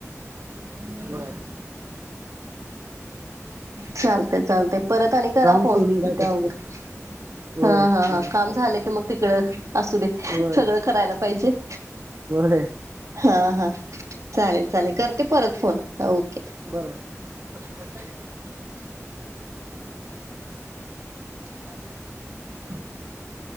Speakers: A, on the right (about 55°); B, on the right (about 70°).
A: ब
B: चालते चालते परत आणि करा
A: काम
B: फोन
A: सोडून काय
B: त्या
A: करत
B: वगर
A: नाही होय
B: हा हा
A: बरोबर
B: हा
A: चालेल
B: काम झालं की मग तिकड असू दे
A: होय.
B: सगळं करायला पाहिजे
A: होय
B: हा हा चालेल चालेल करते परत फोन ओके
A: बरोबर <unintelligible>